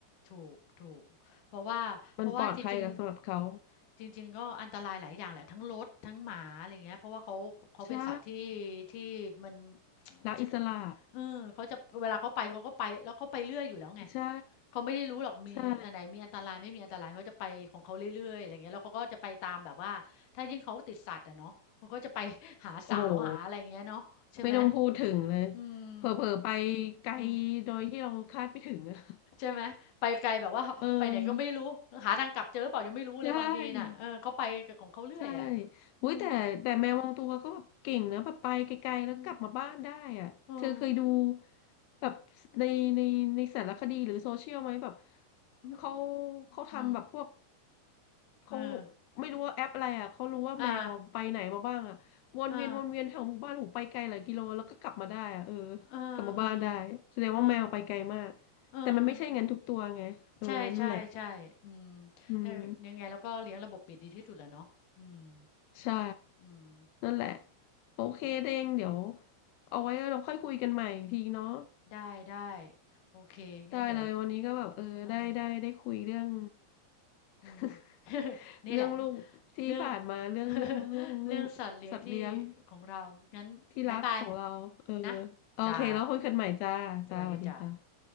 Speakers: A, on the left; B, on the left.
A: ถูกถูกเพราะว่าเพราะว่าจริง
B: มันปลอดภัยกับสำหรับเขา
A: ๆจริงๆก็อันตรายหลายอย่างแหละทั้งรถทั้งหมาอะไรอย่างเงี้ยเพราะว่าเขาเขาเป็นสัตว์ที่
B: ใช่
A: ที่มัน
B: รักอิสระ
A: <tsk> ชเออเขาจะเวลาเขาไปเขาก็ไปแล้วเขาไปเรื่อยอยู่แล้วไง
B: ใช่
A: เขาไม่ได้รู้หรอกมีอันไหนมีอันตรายไม่มีอันตรายเขาจะไปของเขาเรื่อยๆอะไรอย่างเงี้ยแล้วเขาก็จะไปตามแบบว่าถ้ายิ่งเขาติดสัตว์อะเนาะเขาก็จะไป
B: ใช่
A: <laughs> หาสาวหาอะไรอย่างเงี้ยเนาะใช่ไหม
B: โอ้โห ไม่ต้องพูดถึงเลย
A: อืม
B: เผลอๆไปไกล
A: อืม
B: โดยที่เราคาดไม่ถึงอะ
A: ใช่ไหมไปไกลแบบว่า
B: <laughs>
A: <laughs>
B: เออ
A: ไปไหนก็ไม่รู้หาทางกลับเจอหรือเปล่ายังไม่รู้เลยบางทีน่ะเออเขาไปกับของเขาเรื่อยอะ
B: ใช่ใช่
A: อืม
B: อุ้ยแต่แต่แมวบางตัวก็แบบเก่งนะแบบไปไกลๆแล้วกลับมาบ้านได้อ่ะเธอเคยดู
A: อืมอม
B: แบบในในในสารคดีหรือโซเชียลไหมแบบ
A: อม
B: เขาเขาทำแบบพวก
A: อืม
B: เขา
A: เออ
B: ไม่รู้ว่าแอปอะไรอ่ะ เขารู้ว่าแมวอะไปไหนมาบ้างอ่ะวนเวียนวนเวียนแถวหมู่บ้านหูไปไกลหลายกิโลแล้วก็กลับมาได้อ่ะเออ
A: อาอ่าเออเออ
B: กลับมาบ้านได้แสดงว่าแมวไปไกลมาก
A: เออเออ
B: แต่มันไม่ใช่งั้นทุกตัวไงเออนั่นแหละ
A: ใช่ใช่ใช่อืม
B: อืม
A: แต่ยังไงเราก็เลี้ยงระบบปิดดีที่สุดแหละเนาะอืม
B: ใช่
A: อืม
B: นั่นแหละโอเคเด้งเดี๋ยว
A: เดี๋ยว
B: เอาไว้เราค่อยคุยกันใหม่อีกทีเนาะ
A: ได้ได้โอเคงั้นเดี๋ยว
B: ได้เลยวันนี้ก็แบบเออได้ได้ได้คุยเรื่อง
A: เออ
B: <laughs>
A: อืม <laughs> นี่แหละ
B: เรื่องลูกที่ผ่านมาเรื่องเรื่องเรื่องเรื่อง
A: เรื่อง <laughs> เรื่องสัตว์เลี้ยงที่
B: สัตว์เลี้ยง
A: ของเรางั้นบ๊ายบาย
B: ที่รักของเราเออ
A: นะ
B: โอเค
A: จ้า
B: แล้วคุยกันใหม่จ้า
A: สวัสดีจ้า
B: จ้าสวัสดีจ้า